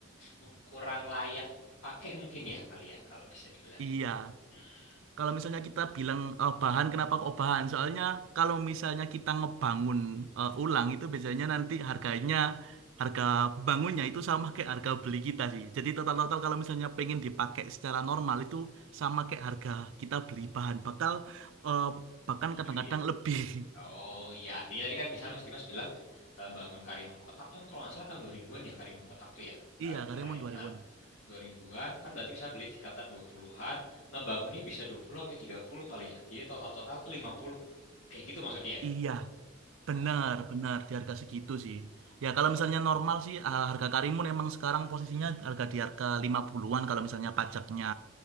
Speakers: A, on the left (about 80°); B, on the right (about 65°).
A: mu- kurang layak pakai mungkin ya kali ya kalau bisa dibilang
B: Iya.
A: ya. Hmm,
B: Kalau misalnya kita bilang eh, bahan, kenapa kok bahan? Soalnya kalau misalnya kita ngebangun eh,
A: hmm,
B: ulang itu biasanya nanti harganya, harga bangunnya itu sama kayak harga beli kita sih. Jadi total-total kalau misalnya pengen dipakai secara normal itu sama kayak harga kita beli bahan. Bakal eh, bahkan
A: bisa
B: kadang-kadang
A: begini.
B: lebih. <laughs>
A: Oh iya, artinya tadi kan misalnya Mas Dimas bilang eh, bangun Karimun Kotak tuh kan kalau nggak salah tahun 2000-an ya Karimun Kotak tuh ya eh,
B: Iya,
A: mulai.
B: karyawan dua
A: Nah,
B: ribuan.
A: 2000-an kan berarti bisa beli sekitar 20-an, ngebangunnya bisa 20 sampai 30 palingnya. Jadi total-total ke 50. Kayak gitu maksudnya ya.
B: Iya, benar,
A: Oh.
B: benar di harga segitu sih. Ya kalau misalnya normal sih eh, harga Karimun emang sekarang posisinya harga di harga 50-an kalau misalnya pajaknya
A: hmm,